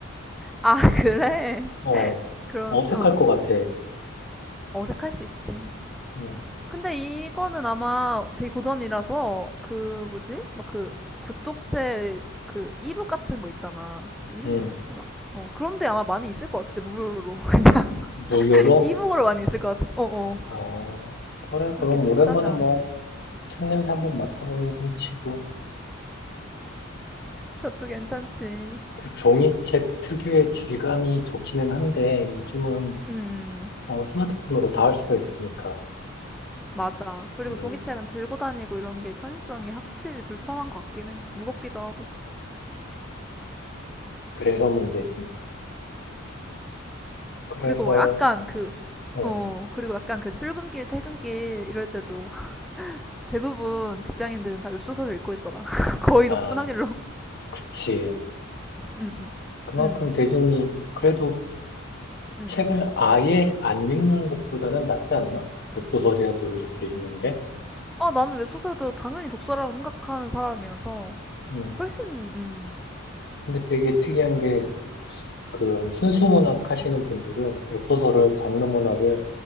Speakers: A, in the centre; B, on the left (about 50°).
A: 아, <laughs> 그래.
B: 어,
A: 그럼,
B: 어색할
A: 어.
B: 것 같아.
A: 어색할 수 있지.
B: 음,
A: 근데 이거는 아마 되게 고전이라서, 그, 뭐지? 막 그, 구독제, 그, 이북 같은 거 있잖아. 그 이름이
B: 음,
A: 뭐였지? 막, 어. 그런데 아마 많이 있을 것 같아, 무료로.
B: 무료로?
A: <laughs> 이북으로 많이 있을 것 같아. 어, 어.
B: 어, 그래,
A: 그렇게
B: 그럼
A: 비싸지
B: 오랜만에
A: 않게?
B: 뭐, 책 냄새 한번
A: 음.
B: 맡아보는 셈 치고.
A: 그것도 괜찮지.
B: 그 종이책 특유의 질감이 좋기는 한데, 요즘은
A: 음. 음.
B: 어, 스마트폰으로 다 할 수가 있으니까.
A: 맞아. 그리고
B: 음,
A: 종이책은 들고 다니고 이런 게 편의성이 확실히 불편한 것 같긴 해. 무겁기도 하고.
B: 그래서 문제지. 그래서,
A: 그리고 막 약간 그,
B: 어,
A: 어, 그리고 약간 그 출근길, 퇴근길 이럴 때도 <laughs> 대부분 직장인들은 다 웹소설을 읽고 있더라. <laughs> 거의
B: 아,
A: 높은 확률로.
B: 그치.
A: <laughs> 응,
B: 그만큼
A: 응,
B: 대중이 그래도
A: 응, 응.
B: 책을 아예 안 읽는 것보다는 낫지 않나? 웹소설이라도 이렇게 읽는 게?
A: 아, 나는 웹소설도 당연히 독서라 생각하는 사람이라서
B: 음,
A: 훨씬, 음,
B: 근데 되게 특이한 게, 그런 순수 문학 하시는 분들은 웹소설을 장르 문학을